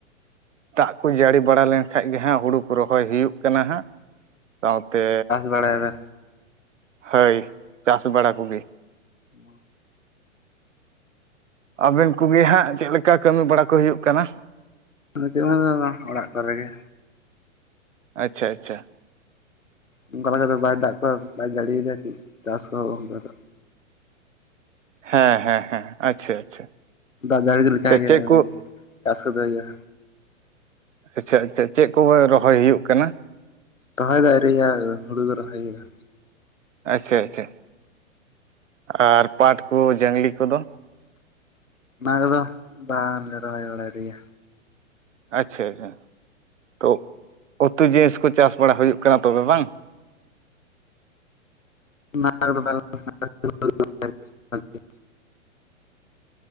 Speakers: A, on the right; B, on the left.
A: ᱫᱟᱜ ᱠᱚ ᱡᱟᱹᱲᱤ ᱵᱟᱲᱟ ᱞᱮᱱ ᱠᱷᱟᱡ ᱜᱮ ᱦᱟᱸᱜ ᱦᱩᱲᱩ ᱠᱚ ᱨᱚᱦᱚᱭ ᱦᱩᱭᱩᱜ ᱠᱟᱱᱟ ᱦᱟᱸᱜ ᱥᱟᱶ ᱛᱮᱼᱼ
B: ᱵᱟᱲᱟᱭ ᱮᱫᱟ
A: ᱦᱳᱭ ᱪᱟᱥ ᱵᱟᱲᱟ ᱠᱚᱜᱮ
B: <inaudible>
A: ᱟᱵᱮᱱ ᱠᱚᱜᱮ ᱦᱟᱸᱜ ᱪᱮᱫ ᱞᱮᱠᱟ ᱠᱟᱹᱢᱤ ᱵᱟᱲᱟ ᱠᱚ ᱦᱩᱭᱩᱜ ᱠᱟᱱᱟ
B: ᱱᱤᱛᱚᱜ <unintelligible> ᱚᱲᱟᱜ ᱠᱚᱨᱮ ᱜᱮ
A: ᱟᱪᱪᱷᱟ ᱟᱪᱪᱷᱟ
B: ᱚᱱᱠᱟ ᱞᱮᱠᱟ ᱫᱚ ᱵᱟᱭ ᱫᱟᱜ ᱠᱚᱣᱟ ᱵᱟᱭ ᱡᱟᱹᱲᱤᱭᱫᱟ ᱪᱮᱫ ᱪᱟᱥ ᱠᱚᱦᱚᱸ <unintelligible>
A: ᱦᱮᱸ ᱦᱮᱸ ᱦᱮᱸ ᱟᱪᱪᱷᱟ ᱟᱪᱪᱷᱟ
B: ᱫᱟᱜ ᱡᱟᱹᱲᱤ ᱞᱮᱠᱷᱟ
A: ᱪᱮᱫ
B: ᱜᱮ
A: ᱠᱚ
B: ᱪᱟᱥ ᱠᱚᱫᱚ ᱦᱩᱭᱩᱜᱼᱟ
A: ᱟᱪᱪᱷᱟ ᱟᱪᱪᱷᱟ ᱪᱮᱫ ᱠᱚ ᱨᱚᱦᱚᱭ ᱦᱩᱭᱩᱜ ᱠᱟᱱᱟ
B: ᱨᱚᱦᱚᱭ ᱫᱚ ᱟᱣᱨᱤᱭᱟᱜ-ᱟ ᱦᱩᱲᱩ ᱜᱮ ᱨᱚᱦᱚᱭ ᱦᱩᱭᱩᱜ-ᱟ
A: ᱟᱪᱪᱷᱟ ᱟᱪᱪᱷᱟ ᱟᱨ ᱯᱟᱴᱽ ᱠᱚ ᱡᱟᱝᱞᱤ ᱠᱚᱫᱚᱼᱼ
B: ᱚᱱᱟ ᱠᱚᱫᱚ ᱵᱟᱝᱞᱮ ᱨᱚᱦᱚᱭ ᱵᱟᱲᱟᱭ <unintelligible> ᱜᱮᱭᱟ
A: ᱟᱪᱪᱷᱟ ᱟᱪᱪᱷᱟ ᱛᱚ ᱩᱛᱩ ᱡᱤᱱᱤᱥ ᱠᱚ ᱪᱟᱥ ᱵᱟᱲᱟ ᱦᱩᱭᱩᱜ ᱠᱟᱱᱟ ᱛᱚᱵᱮ ᱵᱟᱝ
B: <unintelligible>